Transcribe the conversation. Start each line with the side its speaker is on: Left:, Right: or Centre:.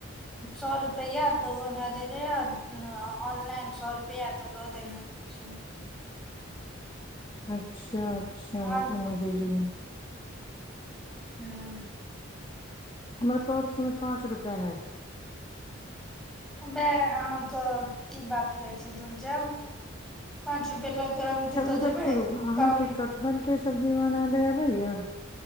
Centre: सए रुपैआ तऽ ओ हमरा देलै ह ऑनलाइन सए रुपैआ तऽ दऽ देने छी
Left: अच्छा अच्छा
Centre: आओर
Left: समझली
Centre: हँ
Left: हमरा पर्समे पाँच रुपैया हैत
Centre: वे अहाँ तो की बात करै छी तऽ धुर जाउ पांच रुपया लऽ के हम
Left: अच्छा
Centre: कतऽ
Left: ओसभ
Centre: जेबै
Left: छोड़ू अहाँके
Centre: कम
Left: कटहल के सब्जी बनाबे ब य